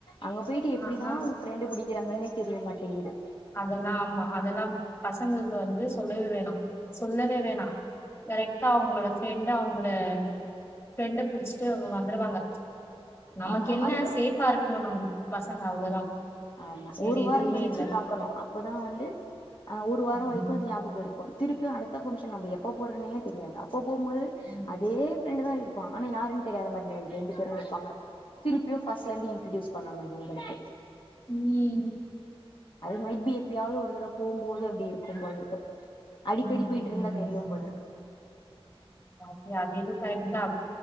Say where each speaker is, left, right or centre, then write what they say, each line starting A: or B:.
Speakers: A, on the left; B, on the left.
A: அங்கே போயிட்டு எப்பிடிதா
B: ஆ ஆ
A: அவுகே ஃப்ரெண்ட்டு புடிக்கிறாங்கன்னே தெரியே மாட்டீங்குது
B: அதல்லா ஆமா அதெல்லா பசங்குள்க்கு வந்து சொல்லவே வேணா சொல்லவே வேணா கரெக்டாவு உங்ளோட ஃப்ரெண்ட் அவுங்குள ஃப்ரெண்ட புடிச் சே அவுங்க வந்துருவாங்க நமக்கு
A: ஆமா
B: என்ன
A: அதுக்கப்
B: சேஃபா இருக்கனு நமுக்கு பசங்க அவ்ளோதா
A: ஆமா
B: வேற்
A: ஒரு
B: எதுவ்மே
A: வாரோ கழிச்சு
B: இல்ல
A: பாக்கணு அப்பதா வந்து அ ஒரு வாரொ
B: ம்
A: வரிக்கு அது ஞாபுகொ இருக்கு திருப்பியு அடுத்த பொம்ஷ நம்ப எப்ப போறன்னே தெரியாதாப் ப்ப போம்மோது
B: ம்
A: அதே ஃப்ரெண்டுதா இர்ப்பா அனா யாருன் தெரியாத மாறி நின்ட் ரெண்டு திரும்பிப்பாங்க திருப்பியு ஃபஸ்லேந்து இன்டிடியூஸ் பண்ணனு இது ஒங்களுக்கு
B: ம்
A: அது மைஃபி எப்பியாவ்து ஒரு தடவ் போம்போது அப்டி இருக்கும்போலருக்கு அடிக்கடி
B: ம்
A: பொயிட்ருந்தா தெரியு போலருக்கு
B: <unintelligible> அது ஏதோ கரெக்ட் தா